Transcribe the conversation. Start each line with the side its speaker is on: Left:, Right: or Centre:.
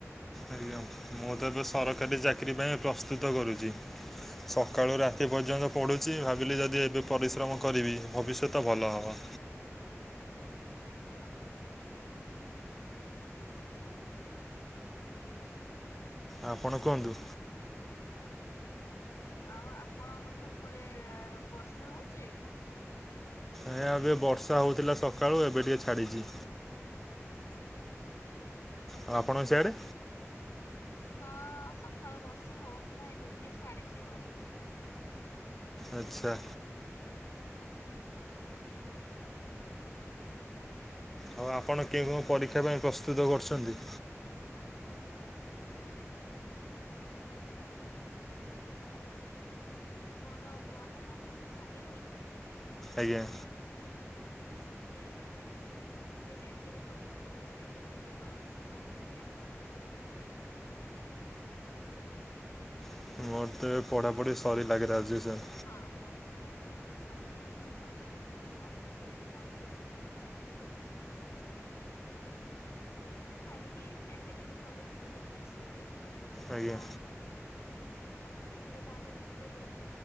Centre: ଆଜ୍ଞା ମୁଁ ତ ଏବେ ସରକାରୀ ଚାକିରି ପାଇଁ ପ୍ରସ୍ତୁତ କରୁଛି। ସକାଳୁ ରାତି ପର୍ଯ୍ୟନ୍ତ ପଢ଼ୁଛି ଭାବିଲି ଯଦି ଏବେ ପରିଶ୍ରମ କରିବି ଭବିଷ୍ୟତ ଭଲ ହେବ।
Left: ନିଶ୍ଚିତ ଭାବରେ।
Centre: ଆପଣ କୁହନ୍ତୁ।
Left: ଆଉ ଆପଣଙ୍କର ସେପଟେ ବର୍ଷା ହଉଛି?
Centre: ଆଜ୍ଞା ଏବେ ବର୍ଷା ହେଉଥିଲା ସକାଳୁ ଏବେ ଟିକେ ଛାଡ଼ିଛି।
Left: <unintelligible>
Centre: ଆଉ ଆପଣଙ୍କ ସିଆଡ଼େ?
Left: ହଁ ସକାଳୁ ବର୍ଷା ହଉଥିଲା ଏବେ ଟିକେ ଛାଡିଛି ଆଉ।
Centre: ଆଚ୍ଛା। ଆଉ ଆପଣ କେଉଁ କେଉଁ ପରୀକ୍ଷା ପାଇଁ ପ୍ରସ୍ତୁତ କରୁଛନ୍ତି?
Left: <unintelligible> ମୋର ପଢାପଢି ସରିଗଲାଣି।
Centre: ଆଜ୍ଞା।
Left: ସରି ଯାଇ - ମୁଁ ବି ଚାକିରି କରିଥିଲୁ ଚାକିରି ପରେ ଲଙ୍ଗସ ହେଲା ପରେ ଘରେ- <unintelligible>
Centre: <unintelligible>
Left: ତାପରେ
Centre: ପଢ଼ାପଢ଼ି ସରିଲା
Left: ବର୍ତ୍ତମାନ
Centre: ଗ୍ରାଜୁଏସନ୍
Left: ମୁଁ ହଁ <unintelligible> <unintelligible> ଏମିତି ସବୁ ସାରିକି ଚାକିରି ବି କରିଥିଲି ଭୁବନେଶ୍ୱରରେ।
Centre: ଆଜ୍ଞା
Left: ହଁ <unintelligible> ଘରେ ବାହାଘର <unintelligible>